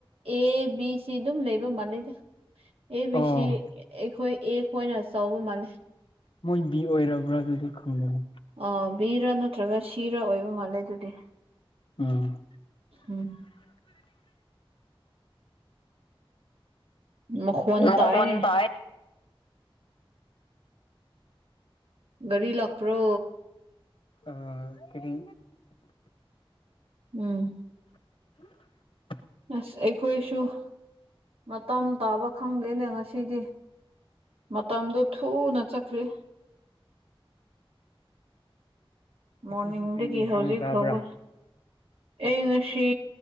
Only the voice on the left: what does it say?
ꯑꯣ
ꯃꯣꯏꯒꯤ ꯕꯤ ꯑꯣꯏꯔꯕ꯭ꯔꯥ ꯑꯗꯨꯗꯤ ꯈꯪꯒꯅꯤ
ꯎꯝ
ꯅꯈꯣꯟ
ꯇꯥꯏ
ꯑ ꯀꯔꯤ
ꯎ
ꯉꯁꯤꯗꯤ
ꯀꯔꯤ ꯏꯟꯁꯥꯡ
ꯆꯥꯕ꯭ꯔꯥ